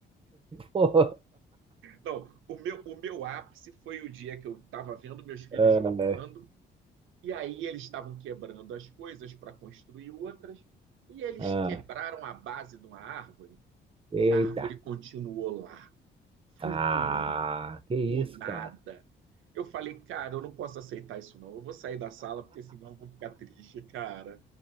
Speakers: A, on the right; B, on the right.
A: <laughs> Pô.
B: Não, o meu, o meu ápice foi o dia que eu estava vendo meus filhos
A: Ah,
B: jogando. E aí eles estavam quebrando as coisas para construir outras, e eles
A: ah.
B: quebraram a base de uma árvore,
A: Eita.
B: e a árvore continuou lá, flutuando,
A: Ah, que
B: no
A: isso,
B: nada.
A: cara.
B: Eu falei, cara, eu não posso aceitar isso não, eu vou sair da sala, porque senão eu vou ficar triste, cara.